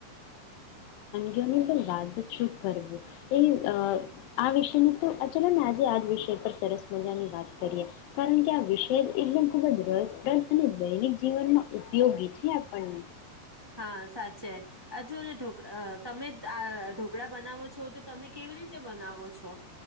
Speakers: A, on the left (about 85°); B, on the right (about 20°).
A: જની તો બાદનું છે. કરવું એ
B: હમ્મ
A: આ વિશેનું તો આ ચલોને આજે આ વિષય પર સરસ મજાની વાત કરીએ કારણ કે આ વિષય એકદમ ખૂબ જ રસપ્રદ અને દૈનિક જીવનમાં ઉપયોગી છે આપણને.
B: હા સાચે આ જો ને ઢોકળા તમે આ ઢોકળા બનાવો છો તો તમે કેવી રીતે બનાવો છો.